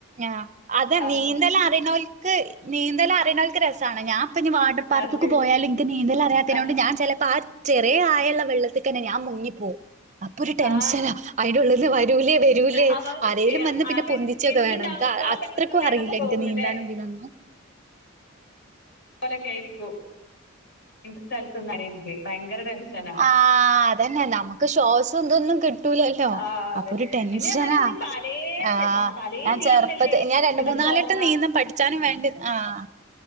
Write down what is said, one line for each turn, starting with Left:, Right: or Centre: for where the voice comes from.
Right: ആ് അത
Left: ആ
Right: നീന്തല്ലാം അറിയണ ക്ക് നീന്തല അറിയുന്നൾക്ക് രസമാണ് ഞാൻ ഇപ്പ ഇനി വാട്ടർ പാർക്ക്ൊ
Left: അതെ
Right: പോയാാല എനിക്ക് നീന്തൽ അറിയത്തിതിനോണ്ട്
Left: ആ
Right: ഞാൻ ചിലപ്പോ ചെറിയ ആായുള്ള വെള്ളത്തിൽ തന്നെ ഞാൻ മുങ്ങിപ്പോകവും അപ്പൊ ഒരു ടെൻഷനാ
Left: ആ.
Right: അയിടെള്ളന്ന് വരൂലേ വരൂലേ
Left: അപ്പൊ
Right: എലും
Left: ഏ,
Right: വന്ന് പിന്നെ
Left: അപ്പൊ
Right: പൊന്ച്ചൊക്കെ
Left: എനി- എനിക്കുണ്ടാവുന്ന
Right: വേണം
Left: ശ്വാസം
Right: അത്രക്കും
Left: കിട്ടൂലെന്നൊക്കെ
Right: അറില്ല എനി
Left: തോന്നൂല്ലേ
Right: നീന്താനുംതിനൊന്നും
Left: അലൊക്കെ ആയിരിക്കും എന്റെ സ്ഥലത്തന്ന എനിക്ക് ഭയങ്കര ടെൻഷനാ
Right: ആഹ അതന്നെ നമുക്ക് ശ്വാസം എന്തൊന്നും കിട്ടൂലല്ലോ
Left: ആ അതെ
Right: അപ്പൊ ഒരു ടെൻഷന
Left: പിന്നെ പറഞ്ഞാല് ഇത് പലേ
Right: ആ്
Left: സെമ പലേ
Right: ഞാൻ
Left: ഇതിലൊക്കെ
Right: ചെറുപ്പത്തെ
Left: അല്ലേ ഇത്
Right: ഞാൻ രണ്ട
Left: ഇത്
Right: മൂന്ന
Left: പോവാ
Right: നാലട്ടം നീന്തും പഠിച്ചാനും വേണ്ടി ആഹ